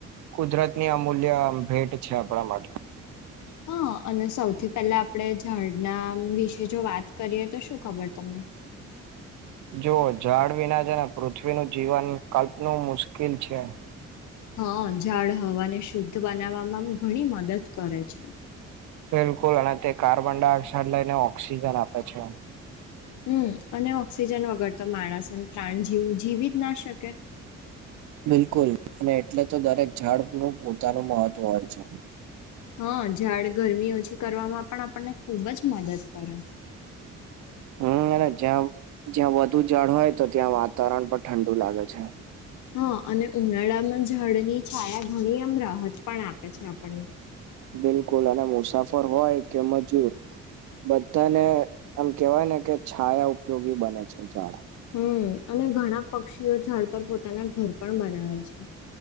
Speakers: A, on the right (about 70°); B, on the left (about 75°).
A: કુદરતની અમૂલ્ય ભેટ છે આપણા માટે.
B: હા. અને સૌથી પહેલા આપડે ઝાળના વિશે જો વાત કરીએ તો શું ખબર તમને?
A: જોઓ ઝાડ વિના જ પૃથ્વીનું જીવન કલ્પનું મુશ્કેલ ઉકેલ છે.
B: હા ઝાડ હવાને શુદ્ધ બનાવવામાં ઘણી મદદ કરે છે.
A: બિલકુલ અને તે કાર્બન ડાયોક્સાઇડ લઈને ઓક્સિજન આપે છે.
B: હમ અને ઓક્સિજન વગર તો માણસ અને પ્રાણજીવ જીવી જ ના શકે.
A: બિલકુલ અને એટલે તો દરેક ઝાડ નું પોતાનું મહત્વ હોય છે.
B: હા ઝાડ ગરમી ઓછી કરવામાં પણ આપણને ખુબ જ મદદ કરે.
A: હમ જ્યાં જ્યાં વધુ ઝાડ હોય તો ત્યાં વાતાવરણ પણ ઠંડુ લાગે છે.
B: હા અને ઉનાળામાં જળની છાયા ઘણી એમ રાહત પણ આપે છે આપણને.
A: બિલકુલ અને મુસાફર હોય કે મજૂર તને એમ કેવાય ને કે છાયા ઉપયોગી બને છે ઝાડ.
B: હમ અને ઘણા પક્ષીઓ ઝાડ પર પોતાના ઘર પણ બનાવે છે.